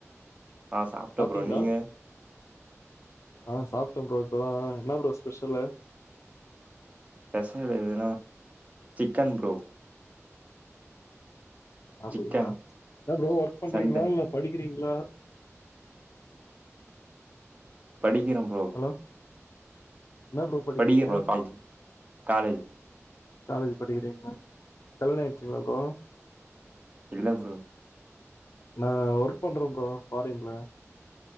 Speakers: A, on the right; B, on the left.
A: ஆ சாப்பிட்டே
B: சாப்ட்டீங்களா
A: ப்ரோ நீங்க
B: ஆ சப்பிட்டே ப்ரோ இப்பதா என்ன ப்ரோ ஸ்பெஷல்லு
A: பசங்க வெளியருக்குறோம் சிக்கன் ப்ரோ
B: அப்படிங்களா
A: சிக்கன்
B: என்ன ப்ரோ ஒர்க் பண்றீங்களா
A: சண்டே
B: இல்ல படிக்றீங்களா
A: படிக்கிறோம் ப்ரோ
B: ஹலோ என்ன ப்ரோ பட்டிக்குறீங்க
A: படிக்கிறே ப்ரோ காலேஜ் காலேஜ்
B: காலேஜ் படிக்கிறீங்களா கல்யண ஆயிச்சிங்களா ப்ரோ
A: இல்ல ப்ரோ
B: நா ஒர்க் பண்றேன் ப்ரோ ஃபாரின்ல